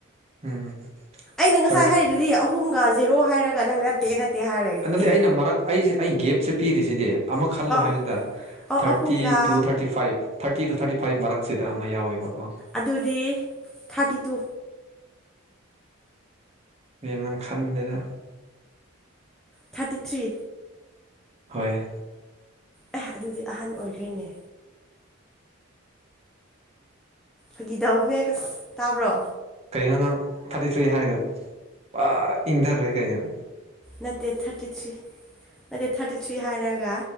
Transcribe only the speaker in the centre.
ꯑꯩꯅ ꯉꯁꯥꯏ
ꯍꯥꯏꯔꯤꯗꯨꯗꯤ ꯑꯍꯨꯝꯒ ꯖꯦꯔꯣ ꯍꯥꯏꯔꯒ ꯅꯪ ꯅꯠꯇꯦ ꯅꯠꯇꯦ ꯍꯥꯏꯔ ꯂꯩꯔꯤꯗꯨꯗꯤ
ꯑ
ꯑ
ꯑꯍꯨꯝꯒ
ꯑꯗꯨꯗꯤ ꯊꯥꯔꯇꯤ ꯇꯨ
ꯊꯥꯔꯇꯤ ꯊ꯭ꯔꯤ
ꯑꯦ ꯑꯗꯨꯗꯤ ꯑꯍꯟ ꯑꯣꯏꯈ꯭ꯔꯦꯅꯦ ꯐꯒꯤꯗꯧꯕꯅꯦ ꯍꯁ ꯇꯥꯕ꯭ꯔꯣ
ꯅꯠꯇꯦ ꯊꯥꯔꯇꯤ ꯊ꯭ꯔꯤ ꯅꯠꯇꯦ ꯊꯥꯔꯇꯤ ꯊ꯭ꯔꯤ ꯍꯥꯏꯔꯒ